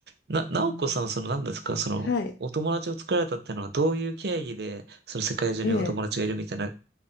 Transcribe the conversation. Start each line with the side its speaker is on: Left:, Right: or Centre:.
Right: な、なおこさんはその何ですか、
Left: うん
Right: その、
Left: はい。
Right: お友達を作られたってのはどういう経緯で、その世界中にお友達がいるみたいな
Left: ええ